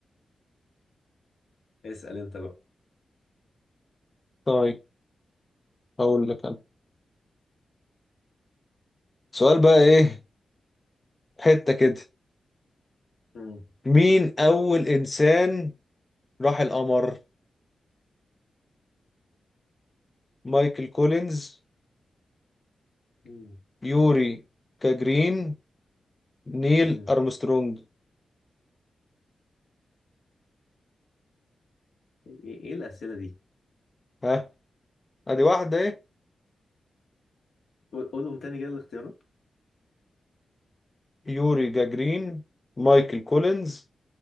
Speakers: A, on the left (about 70°); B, on the left (about 25°).
A: اسأل انت بقى
B: طيب اقول لك انا سؤال بقى ايه حتة كده
A: مم.
B: مين اول انسان راح القمر مايكل كولينز
A: مم.
B: يوري جاجرين نيل
A: مم.
B: ارمسترونج
A: ايه إيه إيه الأسئلة دي
B: ها ادي واحدة ايه
A: قول- قولهم تاني كده الاختيارات
B: يوري جاجرين مايكل كولينز